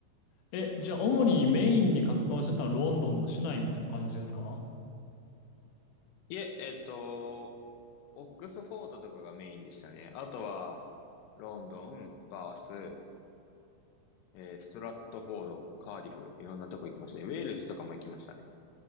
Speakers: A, on the left; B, on the left.
A: え、じゃあ主にメインに活動してたのはロンドンの市内みたいな感じですか
B: いえ、えっと、オックスフォードとかがメインでしたね。あとは、ロンドン、バース、えーストラットフォード、カーディフ、いろんなとこ行きましたね。ウェールズとかも行きましたね。